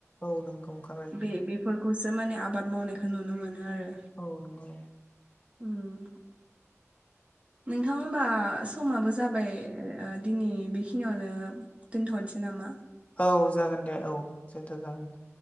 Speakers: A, on the left; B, on the right.
A: औ नंगौ। ओंखारबाय
B: बे बेफोरखौसो माने आबाद मावनायखौ नुनो मोनो आरो।
A: औ नङो
B: उम। नोंथां होनबा समाबो जाबाय दिनै बेखिनियावनो। दोनथ'नोसै नामा?
A: औ जागोन दे औ दोनथ' जागोन द